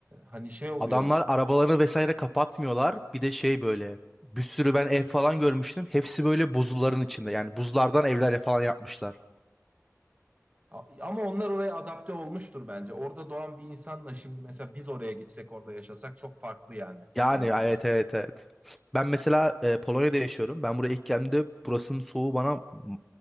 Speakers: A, on the right; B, in the centre.
A: hani şey oluyor.
B: Adamlar arabalarını vesaire kapatmıyorlar. Bir de şey böyle bir sürü ben ev falan görmüştüm. Hepsi böyle buzulların içinde yani buzlardan evler falan yapmışlar.
A: A- Ama onlar oraya adapte olmuştur bence. Orada doğan bir insanla şimdi mesela biz oraya gitsek orada yaşasak çok farklı yani
B: Yani
A: bana
B: evet
A: kalırsa.
B: evet evet. Ben mesela e, Polonya'da yaşıyorum. Ben buraya ilk geldiğimde burasının soğuğu bana m-